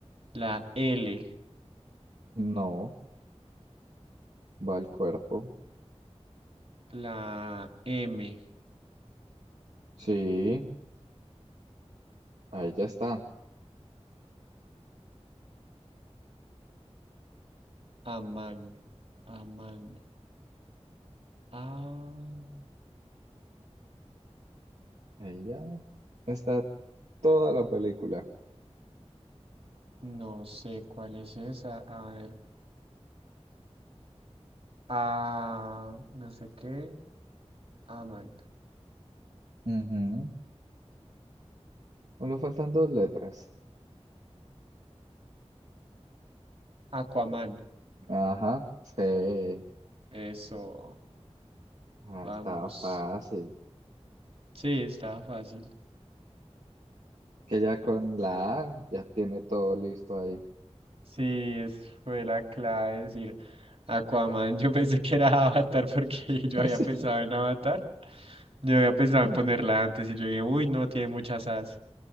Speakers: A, on the right; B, on the right.
A: La L.
B: No, va el cuerpo.
A: La M.
B: Sí, ahí ya está.
A: Aman. Aman. Aman.
B: Ahí ya está toda la película.
A: No sé cuál es esa. A ver. Ah, no sé qué. Aman.
B: Ujú. Solo faltan dos letras.
A: Aquaman.
B: Ajá, sí,
A: Eso.
B: ah,
A: Vamos.
B: estaba fácil.
A: Sí, estaba fácil.
B: que ya con la A ya tiene todo listo ahí.
A: Sí, es, fue la clave decir Aquaman. <laughs> Yo pensé que era Avatar porque <laughs> yo
B: <laughs>
A: había pensado en Avatar. Yo había pensado
B: Sí.
A: en ponerla antes y yo dije, uy, no, tiene muchas as.